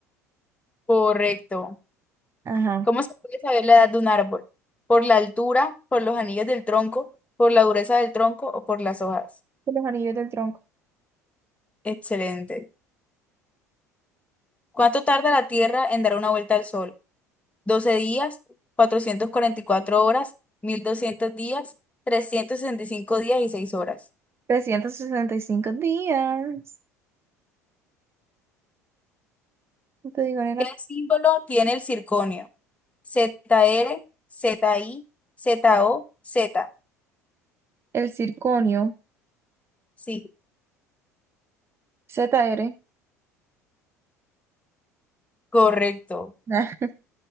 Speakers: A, on the left; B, on the right.
A: Correcto.
B: Ajá.
A: ¿Cómo se puede saber la edad de un árbol? ¿Por la altura, por los anillos del tronco, por la dureza del tronco o por las hojas?
B: de Los anillos del tronco.
A: Excelente. ¿Cuánto tarda la Tierra en dar una vuelta al Sol? doce días, 444 horas, 1200 días, 365 días y 6 horas.
B: trescientos sesenta y cinco días. No te digo, nena.
A: ¿Qué símbolo tiene el circonio? ZR, ZI, ZO, Z.
B: El circonio.
A: Sí,
B: ZR.
A: correcto.
B: Ah,